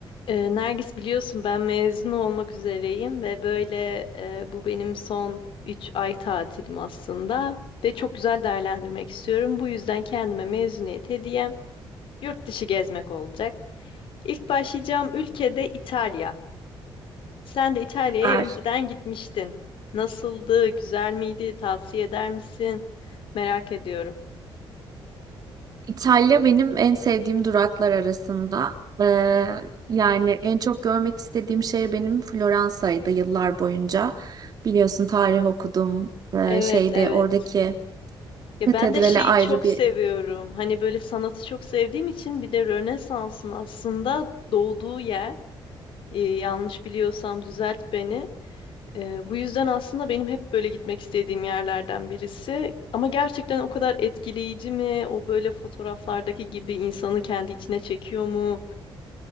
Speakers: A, on the left; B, on the right.
A: Ee, Nergis biliyorsun ben mezun olmak üzereyim ve böyle e, bu benim son 3 ay tatilim aslında ve çok güzel değerlendirmek istiyorum. Bu yüzden kendime mezuniyet hediyem yurt dışı gezmek olacak. İlk başlayacağım ülkede İtalya. Sen de İtalya'ya
B: Süper.
A: önceden gitmiştin. Nasıldı? Güzel miydi? Tavsiye eder misin? Merak ediyorum.
B: İtalya benim en sevdiğim duraklar arasında. Ee, yani en çok görmek istediğim şehir benim Floransa'ydı yıllar boyunca. Biliyorsun tarih okudum. Ee,
A: Evet,
B: şeyde oradaki
A: evet. Ya
B: katedrale
A: ben de şeyi
B: ayrı
A: çok
B: bir
A: seviyorum. Hani böyle sanatı çok sevdiğim için bir de Rönesans'ın aslında doğduğu yer. e, yanlış biliyorsam düzelt beni. E, bu yüzden aslında benim hep böyle gitmek istediğim yerlerden birisi. Ama gerçekten o kadar etkileyici mi? O böyle fotoğraflardaki gibi insanı kendi içine çekiyor mu?